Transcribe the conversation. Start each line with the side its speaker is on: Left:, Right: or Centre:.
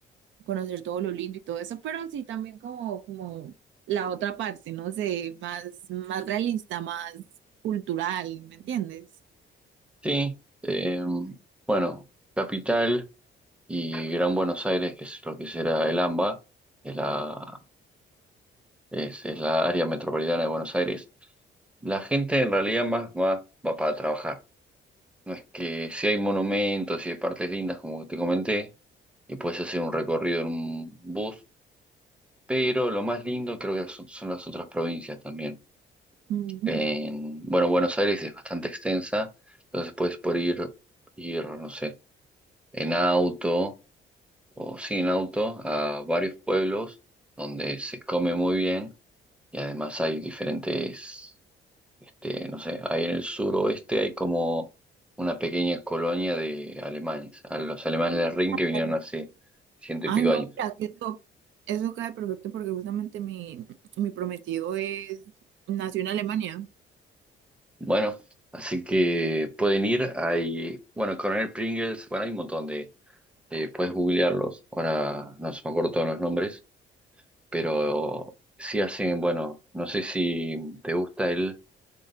Right: conocer todo lo lindo y todo eso, pero sí también como, como la otra parte, no sé, más, más realista, más cultural, ¿me entiendes?
Centre: sí, eh, bueno, Capital y Gran Buenos Aires, que es lo que será el AMBA, es la, es es la área metropolitana de Buenos Aires La gente en realidad más va, va para trabajar. No es que si hay monumentos, si hay partes lindas, como te comenté, y puedes hacer un recorrido en un bus, pero lo más lindo creo que son, son las otras provincias también.
Right: Ujú.
Centre: En, bueno, Buenos Aires es bastante extensa, entonces puedes por ir, ir, no sé, en auto o sin auto a varios pueblos donde se come muy bien y además hay diferentes Este, no sé, ahí en el suroeste hay como una pequeña colonia de alemanes, a los alemanes del Rin que vinieron
Right: Claro.
Centre: hace ciento
Right: Ay,
Centre: y pico
Right: no,
Centre: años.
Right: mira, que eso, eso cae perfecto porque justamente mi, mi prometido es, nació en Alemania,
Centre: Bueno, así que pueden ir, hay, bueno, Coronel Pringles, bueno, hay un montón de, de- puedes googlearlos, ahora no se me acuerdo todos los nombres, pero sí hacen, bueno, no sé si te gusta el,